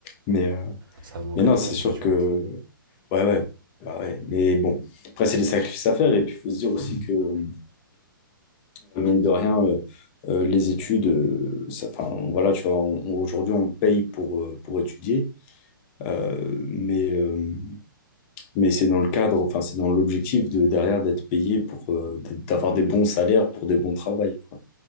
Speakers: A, on the left (about 30°); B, on the right (about 70°).
A: Mais, euh,
B: Ça manque
A: mais
B: à
A: non,
B: tout
A: c'est
B: le monde,
A: sûr
B: c'est sûr.
A: que. Ouais, ouais. Bah ouais. Mais bon, après, c'est des sacrifices à faire. Et puis, il faut se dire aussi que, euh, mine de rien, euh, euh, les études, euh, ça, enfin, voilà, tu vois, on- on- aujourd'hui, on paye pour, euh, pour étudier. Euh, mais, euh, mais c'est dans le cadre, enfin, c'est dans l'objectif de derrière d'être payé pour euh, d'être- d'avoir des bons salaires pour des bons travails, quoi.